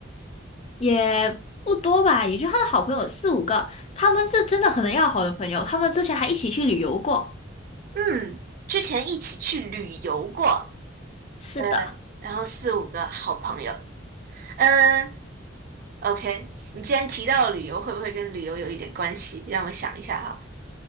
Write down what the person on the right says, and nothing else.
嗯，之前一起去旅游过，
呃然后四五个好朋友。嗯、OK，你既然提到了旅游，会不会跟旅游有一点关系？让我想一下哈。